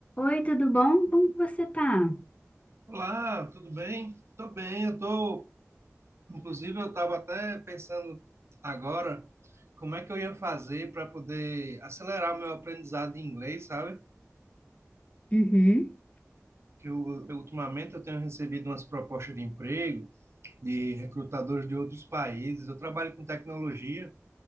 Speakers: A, on the left; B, on the right.
A: Oi, tudo bom? Como que você tá?
B: Olá, tudo bem? Tô bem, eu tô, inclusive eu estava até pensando agora como é que eu ia fazer para poder acelerar o meu aprendizado em inglês, sabe?
A: Uhum.
B: Que eu, eu, ultimamente eu tenho recebido umas propostas de emprego de recrutadores de outros países. Eu trabalho com tecnologia